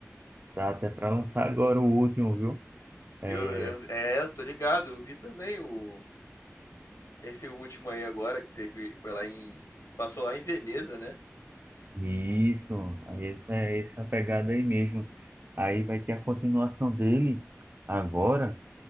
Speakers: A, on the right (about 40°); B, on the left (about 70°).
A: tá até para lançar agora o último, viu? É,
B: Eu, eu- é, eu tô ligado, eu vi também o esse último aí agora que teve, foi lá em, passou lá em Veneza, né?
A: Isso, aí essa é essa pegada aí mesmo. Aí vai ter a continuação dele agora.